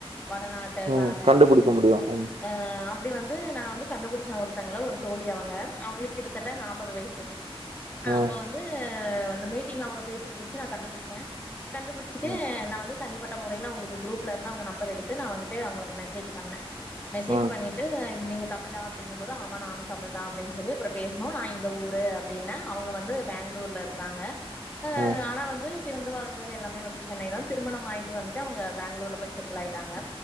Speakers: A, on the left; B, on the right.
A: வடநாட்ட
B: ம்
A: காரங்க
B: கண்டுபிடிக்க
A: அப்டின்டுனு
B: முடியு ம்
A: அ அப்டி வந்து து நா வந்து கண்டுபுடிச்ச ஒருத்தங்க ஒரு தோழி அவங்க அவங்களுக்கு கிட்டஸ்தட்ட நாப்பது வய்சு
B: ம்
A: அப்ப வந்து அந்த மீட்டிங்ல அவங்க பேசறது வச்சி நா கண்டுபிடிச்சே கண்டுபிடிச்சிட்டு
B: ம்
A: நா வந்து தனிப்பட்ட முறையில அவங்களுக்கு குரூப்ல இருந்து அவங்க நம்பர் எடுத்து நா வந்துட்டு அவங்களுக்கு மெசேஜ் பண்ண மெசேஜ்
B: ம்
A: பண்ணிட்டு நீங்க தமிழா அப்டிங்க போது ஆமா நானு தமிழ் தா அப்டினு சொல்லி அப்புறோ பேஸ்ணோ நா இந்த ஊரு அப்டின்ன அவங்க வந்து பெங்களூர்ல இருக்காங்க ஆ
B: ம்
A: ஆனா வந்து பிறந்து வளந்தது எல்லாமே வந்து சென்னைதான் திருமணம் அயிட்டு வந்துட்டு அவங்க பெங்களூர்ல போய் செட்டில் ஆயிட்டாங்க